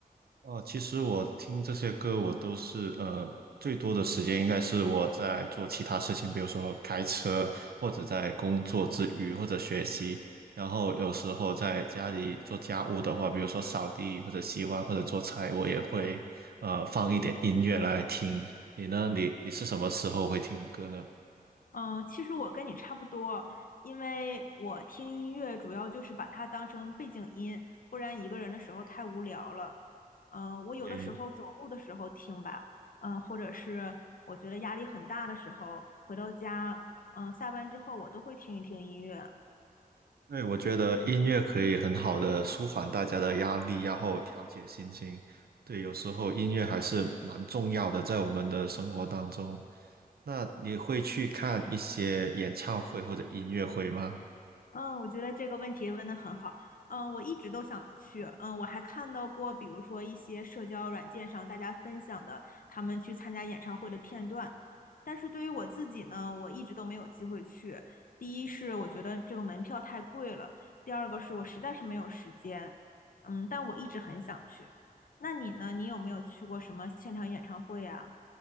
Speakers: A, on the right (about 80°); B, on the left (about 65°).
A: 哦，其实我听这些歌，我都是呃，最多的时间应该是我在做其他事情，比如说开车，或者在工作之余，或者学习。然后有时候在家里做家务的话，比如说扫地或者洗碗或者做菜，我也会呃放一点音乐来听。你呢？你你是什么时候会听歌呢？
B: 嗯，呃其实我跟你差不多，因为我听音乐主要就是把它当成背景音，不然一个人的时候太无聊了。嗯，我有的时候走路的时候听吧，
A: 你？
B: 嗯，或者是我觉得压力很大的时候，回到家，嗯，下班之后我都会听一听音乐。
A: 对，我觉得音乐可以很好的舒缓大家的压力，然后调节心情。对，有时候音乐还是蛮重要的，在我们的生活当中。那你会去看一些演唱会或者音乐会吗？
B: 嗯，我觉得这个问题问得很好。嗯，我一直都想去。嗯，我还看到过，比如说一些社交软件上大家分享的他们去参加演唱会的片段。但是对于我自己呢，我一直都没有机会去。第一是我觉得这个门票太贵了，第二个是我实在是没有时间。嗯，但我一直很想去。那你呢？你有没有去过什么现场演唱会呀？